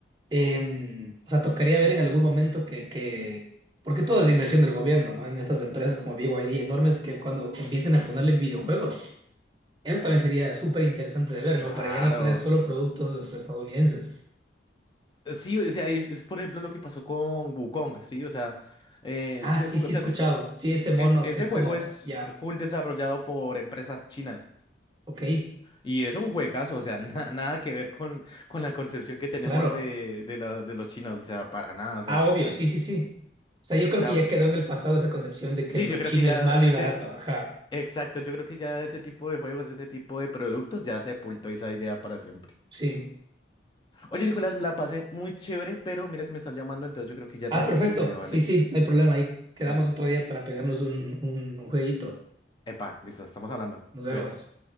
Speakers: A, on the right (about 25°); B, on the left (about 25°).
A: em, o sea, tocaría ver en algún momento que, que, porque todo es inversión del gobierno, ¿no? En estas empresas como BYD enormes que cuando empiecen a ponerle en videojuegos, eso también sería súper interesante de ver,
B: Claro.
A: ¿no? Para ya no tener solo productos estadounidenses.
B: Sí, o sea, es, es, por ejemplo lo que pasó con Wukong, ¿sí? O sea, eh,
A: Ah,
B: ¿sí
A: sí,
B: has, jugado-
A: sí,
B: sí
A: he escuchado.
B: has visto?
A: Sí, ese mono
B: Es, ese
A: que es
B: juego
A: como,
B: es
A: ya,
B: full desarrollado por empresas chinas
A: ok,
B: y es un juegazo, o sea, <laughs> na- nada que ver con, con la concepción que tenemos
A: claro.
B: de, de, la- de los chinos, o sea, para nada, o sea,
A: Ah, obvio,
B: o
A: sí, sí, sí. O sea, yo creo
B: sea,
A: que ya quedó en el pasado esa concepción de que
B: sí,
A: lo
B: yo creo
A: chino
B: que ya
A: es malo
B: ese,
A: y barato, ajá,
B: exacto, yo creo que ya ese tipo de juegos, ese tipo de productos ya sepultó esa idea para siempre.
A: sí.
B: Oye, Nicolás, me la pasé muy chévere, pero mira que me están llamando, entonces yo creo que ya
A: Ah,
B: tengo
A: perfecto,
B: que irme, ¿vale?
A: sí, sí, no hay problema, ahí quedamos
B: Dale.
A: otro día para pegarnos un, un un jueguito.
B: Epa, listo, estamos hablando.
A: Nos vemos.
B: Cuídate.